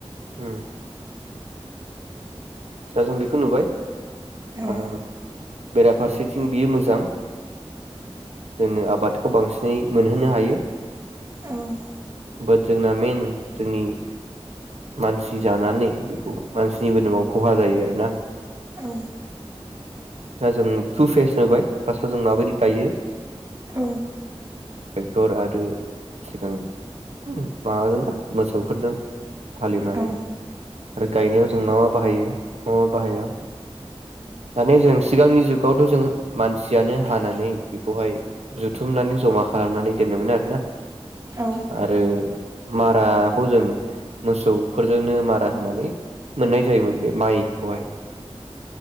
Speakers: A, on the right; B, on the right.
A: उम। दा जों बेखौ नुबाय।
B: औ
A: आङो बेराफारसेथिं बियो मोजां जोंनो आबादखौ बांसिनै मोनहोनो हायो।
B: औ
A: बाट जोंना मेइन जोंनि मानसि जानानै बेखौ मानसिनि मोदोमाव खहा जायो आरोना।
B: औ।
A: दा जों टु फेस होबाय फार्स्टआव जों माबायदि गायो।
B: औ।
A: दर आरो सिगां उम माबाजोंना मोसौफोरजों। हालेवनानै
B: औ
A: आरो गायनायाव जों मा मा बाहायो मा मा बाहाया दानि जों सिगांनि जुगावथ' जों मानसियानो हानानै बेखौहाय जुथुमनानै जमा खालामनानै दोननोमोन आरोना।
B: औ
A: आरो माराखौ जों मोसौफोरजोंनो मारा होनानै मोननाय जायोमोन बे माइ खौहाय